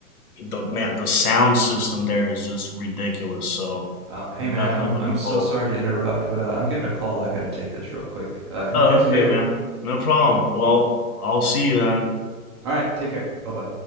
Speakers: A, on the left; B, on the right.
A: the man, the sound system there is just ridiculous. So
B: Uh, hey
A: I'm
B: man,
A: definitely
B: I'm
A: looking
B: I'm
A: forward.
B: so sorry to interrupt, but uh, I'm getting a call. I got to take this real quick. Uh, can
A: Oh,
B: I catch
A: okay,
B: you later?
A: man. No problem. Well, I'll see you then.
B: All right, take care. Bye bye.